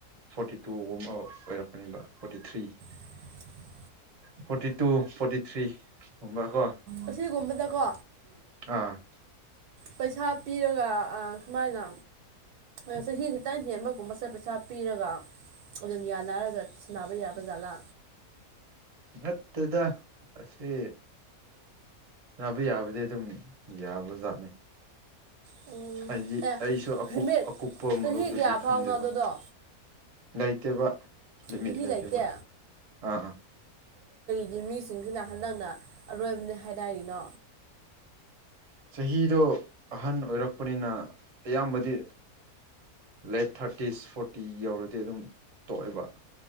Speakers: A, on the right; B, on the right.
A: ꯐꯣꯔꯇꯤ ꯇꯨꯒꯨꯝꯕ ꯑꯣꯏꯔꯛꯀꯅꯦꯕ forty three
B: <inaudible>
A: forty two forty three ꯒꯨꯝꯕ ꯀꯣ
B: ꯑꯁꯤꯒꯨꯝꯕꯗꯀꯣ
A: ꯑꯥ
B: ꯄꯩꯁꯥ ꯄꯤꯔꯒ ꯑꯥ ꯈꯃꯥꯏꯅ ꯑ ꯆꯍꯤ ꯈꯤꯇꯪ ꯍꯦꯟꯕꯒꯨꯝꯕꯁꯦ ꯄꯩꯁꯥ ꯄꯤꯔꯒ ꯑꯗꯨꯝ ꯌꯥꯟꯅꯔꯒ ꯁꯅꯥꯕ ꯌꯥꯕ ꯖꯥꯠꯂꯥ
A: ꯅꯠꯇꯦꯗ ꯑꯁꯦ ꯌꯥꯕ ꯌꯥꯕꯗꯤ ꯑꯗꯨꯝ ꯌꯥꯕꯖꯥꯠꯅꯤ
B: ꯎꯝ
A: ꯍꯥꯏꯗꯤ
B: ꯑꯦ
A: ꯑꯩꯁꯨ ꯑꯀꯨꯞ
B: ꯂꯤꯃꯤꯠ
A: ꯑꯀꯨꯞꯄ
B: ꯆꯍꯤ
A: ꯃꯔꯣꯜꯗꯗꯤ
B: ꯀꯌꯥ ꯐꯥꯎꯅꯣ
A: ꯈꯪꯗꯦꯕ
B: ꯑꯗꯨꯗꯣ
A: ꯂꯩꯇꯦꯕ ꯂꯤꯃꯤꯠ
B: ꯆꯍꯤ
A: ꯂꯩꯇꯦꯕ
B: ꯂꯩꯇꯦ
A: ꯑꯥ ꯑꯥ
B: ꯒꯤ ꯃꯤꯁꯤꯡꯁꯤꯅ ꯍꯟꯗꯛꯅ ꯑꯔꯣꯏꯕꯅꯤ ꯍꯥꯏꯅꯥꯔꯤꯅꯣ
A: ꯆꯍꯤꯗꯣ ꯑꯍꯟ ꯑꯣꯏꯔꯛꯄꯅꯤꯅ ꯑꯌꯥꯝꯕꯗꯤ ꯂꯦꯠ ꯊꯥꯔꯇꯤꯁ ꯐꯣꯔꯇꯤ ꯌꯧꯔꯗꯤ ꯑꯗꯨꯝ ꯇꯣꯛꯑꯦꯕ